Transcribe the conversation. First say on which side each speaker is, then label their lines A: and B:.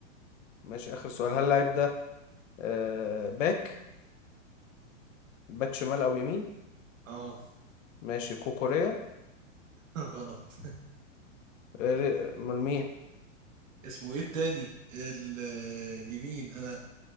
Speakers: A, on the left; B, on the right.
A: ماشي آخر سؤال هل اللعيب ده آه باك؟ باك شمال أو يمين؟
B: اه
A: ماشي كوكوريا
B: <laughs> غلط
A: آه، من مين؟
B: اسمه ايه التاني ال- اليمين انا